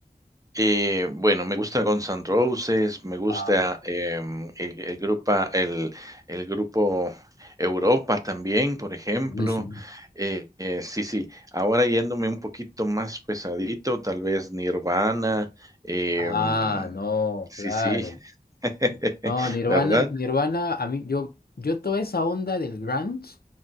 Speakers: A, on the right; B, on the left.
A: Eh, bueno, me gusta Guns N' Roses, me gusta
B: Ah,
A: em, el, el grupa- el- el grupo Europa también, por ejemplo.
B: buenísimo.
A: Eh, eh, sí, sí, ahora yéndome un poquito más pesadito, tal vez Nirvana. em,
B: Ah, no,
A: sí,
B: claro.
A: sí, <laughs>
B: No, Nirvana,
A: ¿verdad?
B: Nirvana, a mí, yo, yo toda esa onda del grunge